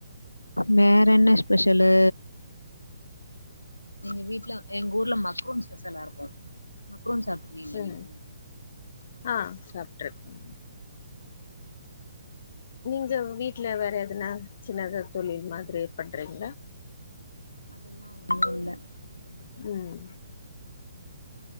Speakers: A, on the left; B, on the left.
A: வேறென்ன ஸ்பெஷலு எங்க வீட்ல எங்கூர்ல மக்ரோன் ஸ்பெஷலா இருக்கு மக்ரூன் சாப்ட்ருக்கீங்களா
B: ம்
A: நீங்க
B: ஆ சாப்ட்ருக்கே நீங்க வீட்ல வேறெதுனா சின்னதா தொழில் மாதிரி பண்றிங்ளா
A: அதெல்லா ஒண்ணு இல்ல என்ன தொழில்
B: ம்
A: பண்ண